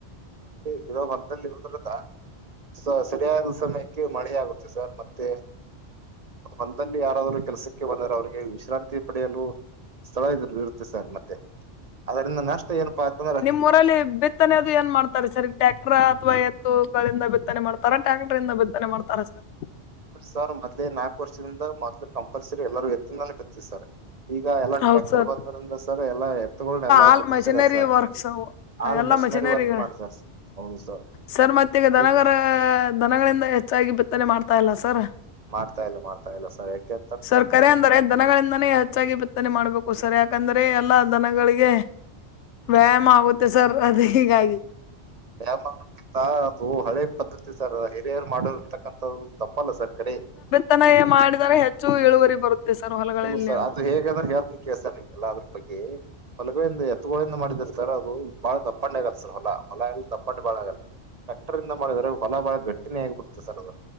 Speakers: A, on the right (about 40°); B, on the left (about 90°).
A: ಗಿಡ ಹೊಂತದಲ್ಲಿ ಇರುದ್ರದ ಸ ಸರಿಯಾದ ಸಮಯಕ್ಕೆ ಮಳೆ ಆಗುತ್ತೆ ಸರ್ ಮತ್ತೆ ಒಂದಲ್ಲಿ ಯಾರಾದ್ರೂ ಕೆಲ್ಸಕ್ಕೆ ಬಂದರೆ ಅವ್ರಿಗೆ ವಿಶ್ರಾಂತಿ ಪಡೆಯಲು ಸ್ಥಳ ಇದ್ರ ಇರುತ್ತೆ ಸರ್ ಮತ್ತೆ ಅದರಿಂದ ನಷ್ಟ ಏನಪ್ಪಾ ಆಯತಂದ್ರೆ
B: ಮೊರ ಬಿತ್ತನೆ ಅದು ಏನ್ ಮಾಡ್ತಾರೆ ಸರ್ ಈಗ ಟ್ಯಾಕ್ಟ್ರ ಅಥವಾ ಎತ್ತು ಗಳಿಂದ ಬಿತ್ತನೆ ಮಾಡ್ತಾರ ಟ್ಯಾಕ್ಟರ್ ಇಂದ ಬಿತ್ತನೆ ಮಾಡ್ತಾರ ಸರ್
A: ಸರ್ ಮೊದ್ೇ ನಾಲ್ಕು ವರ್ಷದಿಂದ ಮೊದ್ಲು ಕಂಪಲ್ಸರಿ ಎಲ್ಲರೂ ಎತ್ತಿನ ಬಿತ್ತವಿ ಸರ್ ಈಗ ಎಲ್ಲಾ
B: ಹೌದ್
A: ಟ್ರ್ಯಾಕ್ಟರ್
B: ಸರ್
A: ಬಂದೋ್ರಿಂದ ಸರ್ ಎಲ್ಲಾ ಎತ್ತಗೊಂಡನ ಎಲ್ಲಾ
B: ಆಲ್
A: ಬಿಟ್ಟು
B: ಮಷಿನರಿ
A: ಬಿಟ್ಟಿದಾರ ಸರ್
B: ವರ್ಕ್ಸ್ ಅವು
A: ಆಲ್
B: ಎಲ್ಲಾ
A: ಮಷಿನರಿ
B: ಮಷಿನರಿಗಳ
A: ವರ್ಕ್ ಮಾಡ ಸರ್ ಹೌದು ಸರ್
B: ಸರ್ ಮತ್ತ ಈಗ ದನಗರ
A: ಚೆಕ್
B: ದನಗಳಿಂದ ಹೆಚ್ಚಾಗಿ ಬಿತ್ತನೆ ಮಾಡ್ತಾ ಇಲ್ಲ ಸರ್
A: ಮಾಡ್ತಾ ಇಲ್ಲ ಮಾಡ್ತಾ ಇಲ್ಲ ಸರಿ ಯಾಕೆ
B: ಸರ್ಖರೆ ಅಂದ್ರರೆ ದನಗಳಿಂದಾನೇ ಹೆಚ್ಚಾಗಿ ಬಿತ್ತನೆ ಮಾಡ್ಬೇಕು ಸರ್ ಯಾಕಂದ್ರೆ ಎಲ್ಲಾ ದನಗಳಿಗೆ ವ್ಯಾಯಾಮ ಆಗುತ್ತೆ ಸರ್ ಅದ ಹೀಗಾಗಿ
A: ಯಿಂತಾ ಅದು ಹಳೆ ಪದ್ಧತಿ ಸರ್ ಹಿರಿಯರು ಮಾಡಲ್ ರ್ತಕ್ಕಂಥ್ದು ತಪ್ಪಲ್ಲ ಸರ್ಕರೆ
B: ತನ ಮಾಡಿದರೆ ಹೆಚ್ಚು ಇಳುವರಿ ಬರುತ್ತೆ ಸರ್ ಹೊಲಗಳಲ್ಲಿ
A: ಹ್ಮ ಸ
B: ಎಲ್ಲ
A: ಅದು ಹೇಗಾದ್ರೆ ಯಾ ಕೆಲಸ ಆಗ್ಿಲ್ಲಲ್ಲ ಅದ್ರ ಬಗ್ಗೆ ಹೊಲಗಿಂದ ಎತ್ತಗಳಿಂದ ಮಾಡಿದಾರ ಸರ್ ಅದು ಬಾಳ ದಪ್ಪಂಡಿ ಆಗಲ್ ಸರ್ ಹೊಲ ಹೊಲ ಎಲ್ಲ ದಪ್ಪಂಡು ಬಾಳ ಆಗಲ್ರಿ ಟ್ರ್ಯಾಕ್ಟರಿ ಇಂದ ಮಾಡಿದ್ರರೆ ಹೊಲ ಬಾಳ ಗಟ್ಟಿನಿ ಆಗಿಬಿತದೆ ಸರ್ ಅದು